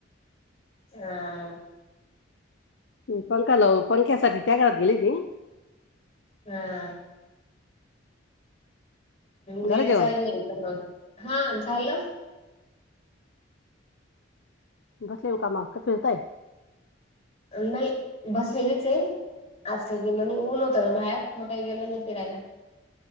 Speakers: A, on the left; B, on the left.
A: आ.
B: पंखा लाव पंख्यासाठी त्यागरात गेली ती.
A: हां. नेटचा
B: झालं जेवण
A: येल तर मग हा झालं.
B: बसले कामा का फिरताय.
A: नाही बसलेलीच आहे आज गेलो नाही ऊल होत ना बाहेर मग काही गेलो नाही फिरायला.